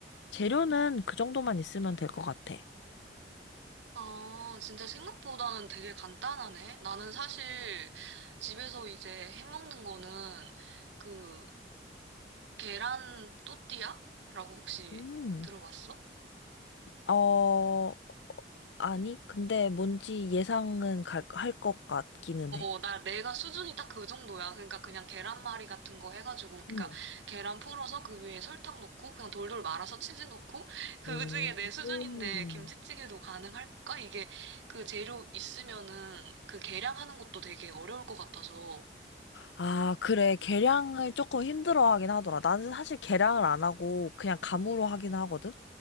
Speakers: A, on the left; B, on the right.
A: 재료는 그 정도만 있으면 될 것 같아.
B: 아, 진짜 생각보다는 되게 간단하네. 나는 사실 집에서 이제 해 먹는 거는 그 계란 또띠아라고 혹시
A: 음.
B: 들어봤어?
A: 어, 아니, 근데 뭔지 예상은 갈, 할 것 같기는 해.
B: 어, 나, 내가 수준이 딱 그 정도야. 그러니까 그냥 계란말이 같은 거 해가지고, 그러니까
A: 응.
B: 계란 풀어서 그 위에 설탕 넣고, 그냥 돌돌 말아서 치즈 넣고, 그
A: 음.
B: 중에 내 수준인데 김치찌개도 가능할까? 이게 그 재료 있으면은 그 계량하는 것도 되게 어려울 것 같아서.
A: 아, 그래. 계량을 조금 힘들어 하긴 하더라. 나는 사실 계량을 안 하고 그냥 감으로 하긴 하거든?